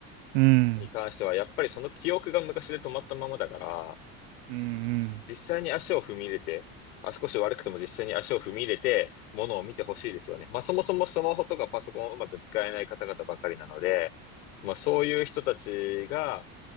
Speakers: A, on the right (about 85°); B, on the left (about 85°).
A: うん。
B: に関しては、やっぱりその記憶が昔で止まったままだから、
A: うんうん。
B: 実際に足を踏み入れて、あ、少し悪くても実際に足を踏み入れて、ものを見てほしいですよね。まあそもそもスマホとかパソコンをうまく使えない方々ばかりなので、まあそういう人たちが、